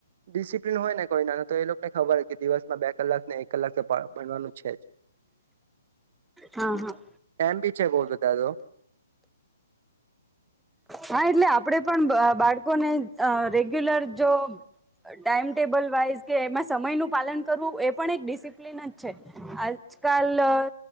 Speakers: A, on the right (about 50°); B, in the centre.
A: ડિસિપ્લન હોય ને કોઈ ના તો એ લોકોને ખબર હો કે દિવસમાં બે કલાક ને એક કલાક ભ ભનવાનું છે જ.
B: હા હા
A: એમ બી છે બહુ બધા તો
B: હા, એટલે આપડે પણ બ બાળકોને અહ રેગ્યુલર જો ટાઈમટેબલ વાઈઝ કે એમાં સમય નું પાલન કરવું એ પણ એક ડિસિપ્લિન જ છે. આજકાલ અહ